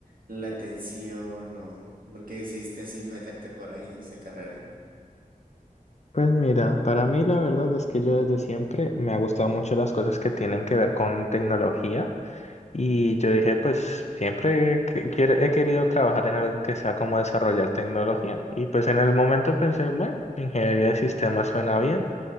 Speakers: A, on the right (about 75°); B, on the left (about 50°).
A: la atención o por qué decidiste así meterte por ahí esa carrera?
B: Pues mira, para mí la verdad es que yo desde siempre me ha gustado mucho las cosas que tienen que ver con tecnología y yo dije pues siempre que- quiere- he querido trabajar en algo que sea como desarrollar tecnología y pues en el momento pensé, bueno, ingeniería de sistemas suena bien.